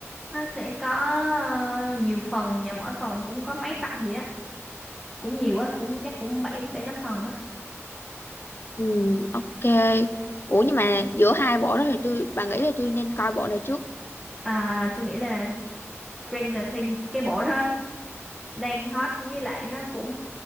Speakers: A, in the centre; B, on the left (about 50°).
A: nó sẽ có ờ, nhiều phần và mỗi phần cũng có mấy tập gì á cũng nhiều á cũng chắc cũng bảy bảy tám phần á
B: Ừ, ok. Ủa nhưng mà giữa hai bộ đó thì tôi, bà nghĩ là tôi nên coi bộ nào trước?
A: à, tôi nghĩ là Stranger Things cái bộ đó đang hot với lại nó cũng